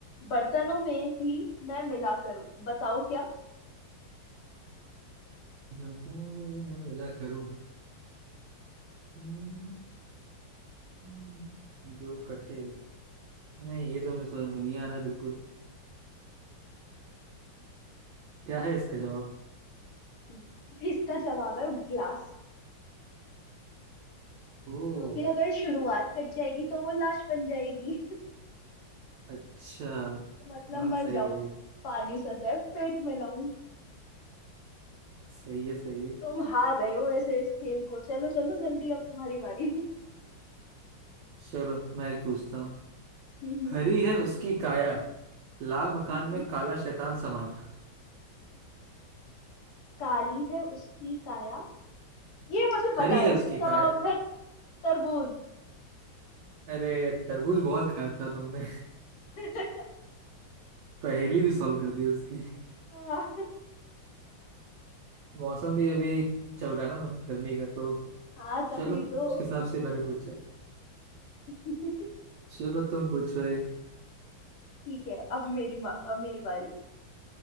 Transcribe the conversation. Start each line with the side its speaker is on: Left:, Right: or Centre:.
Left: बर्तनों में भी मैं मिला करूं बताओ क्या
Right: बर्तनों में भी मैं मिला करूं हम्म, हम्म, जो कटे नहीं ये तो मुझे समझ में नहीं आ रहा बिल्कुल क्या है इसका जवाब
Left: <laughs> इसका जवाब है ग्लास
Right: ओ
Left: क्योंकि अगर शुरुआत कट जाएगी तो वो लाश बन जाएगी <laughs>
Right: अच्छा
Left: तो मतलब
Right: हाँ
Left: मर
Right: सही
Left: जाऊं
Right: है ये तो
Left: पानी सदैव पेट में लाऊं
Right: सही है सही है
Left: तुम हार रहे हो ऐसे इस खेल को चलो चलो जल्दी अब तुम्हारी बारी <laughs>
Right: चलो मैं एक पूछता हूँ
Left: हम्म हम्म
Right: हरी है उसकी काया लाल मकान
Left: हम्म।
Right: में काला शैतान समाया
Left: काली है उसकी काया ये मुझे
Right: हरी
Left: पता है
Right: है
Left: इसका
Right: उसकी काया
Left: जवाब है तरबूज
Right: अरे तरबूज बहुत खाया था तुमने
Left: <laughs>
Right: <laughs> पहेली भी सॉल्व कर दी उसकी
Left: हाँ
Right: मौसम भी अभी चल रहा है ना म- गर्मी का तो
Left: हाँ तभी
Right: चलो
Left: तो
Right: उसके हिसाब से मैंने पूछा
Left: ठीक
Right: चलो तुम पूछो एक
Left: है अब मेरी मा- अब मेरी बारी